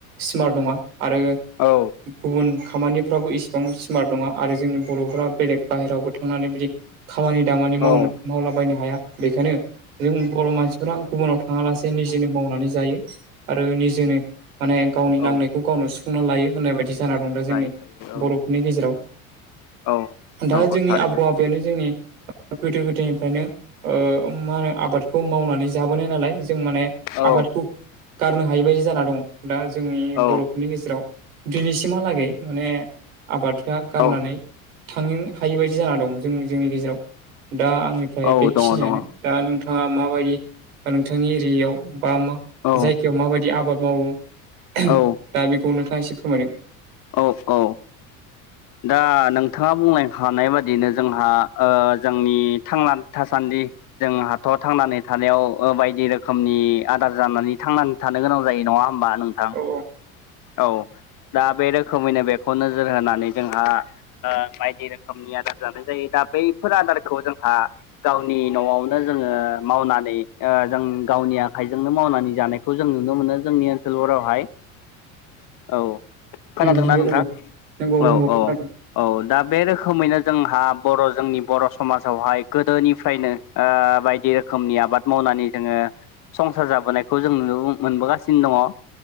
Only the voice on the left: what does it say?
औ।
औ
औ
लायो
लायो
औ
औ
नंगौ
थारैनो
औ
औ
औ
औ
दङ दङ औ
औ
औ
औ औ।
दा नोंथाङा बुंलेंखानाय बादियैनो जोंहा ओ जोंनि थांना थासान्दि जों हाथ' थांनानै थानायाव ओ बायदि रोखोमनि आदार जानानै थांनानै थानो गोनां जायो नङा होमबा नोंथां?
औ दा बे रोखोमैनो बेखौ नोजोर होनानै जोंहा आ बायदि रोखोमनि आदार जानाय जायो दा बैफोर आदारखौ जोंहा गावनि न'आवनो जोंङो मावनानै ओ जों गावनि आखाइजोंनो मावनानै जानायखौ खौ जों नुनो मोनो जोंनि ओनसोलफोरावहाय। औ खोनादोंना
नोंथां?
औ
औ।
औ दा बे रोखोमैनो जोंहा बर' जोंनि बर' समाजावहाय गोदोनिफ्रायनो बायदि रोखोमनि आबाद मावनानै जोंङो संसार जाबोनायखौ जों नुनोबो मोनबोगासिनो दङ'